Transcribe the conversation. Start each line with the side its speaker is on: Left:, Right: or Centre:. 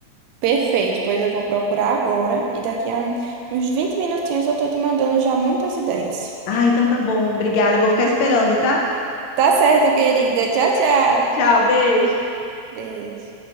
Right: Perfeito, pois eu vou procurar agora e daqui a um- uns 20 minutinhos eu tô te mandando já muitas ideias.
Left: Ah, então tá bom. Obrigada. eu Vou ficar esperando, tá?
Right: Tá certo, querida. Tchau, tchau.
Left: Tchau, beijo.
Right: Beijo.